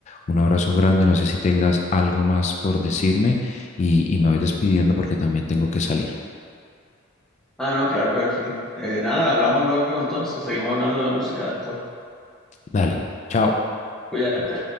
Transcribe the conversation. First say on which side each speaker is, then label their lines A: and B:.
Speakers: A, on the left (about 35°); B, in the centre.
A: un abrazo grande. No sé si tengas algo más por decirme y, y me voy despidiendo porque también tengo que salir.
B: Ah, no, claro que sí. Eh, nada, hablamos luego entonces, seguimos hablando de música después.
A: Dale, chao.
B: Cuídate.